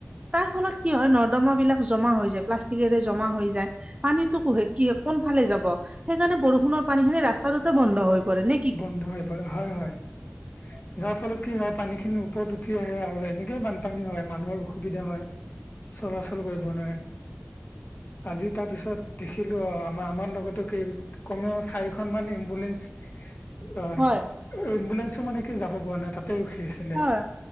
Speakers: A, on the right (about 25°); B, on the left (about 40°).
A: তাৰ ফলত কি হয় নৰ্দমা বিলাক জমা হৈ যায় প্লাষ্টিকেৰে জমা হৈ যায়। পানীটো কুহে কি কোন ফালে যাব সেইকাৰণে বৰষুণৰ পানী খিনি ৰাস্তাটোতে বন্ধ হৈ পৰে নেকি,
B: বন্ধ হৈ পৰে হয় হয়।
A: <inaudible>
B: যাৰ ফলত কি হয় পানী খিনি ওপৰত উঠি আহে আৰু এনেকেইে বানপানী হয় মানুহৰ অসুবিধা হয়। চলাচল কৰিব নোৱাৰে আজি তাৰ পিছত, দেখিলো অ আম আমাৰ লগতো কমেও চাৰিখন মান এম্বুলেন্ঞ্চ, অ
A: হয়।
B: এম্বুলেন্ঞ্চো মানে কি যাব পৰা নাই তাতে ৰখি আছে।
A: হয়।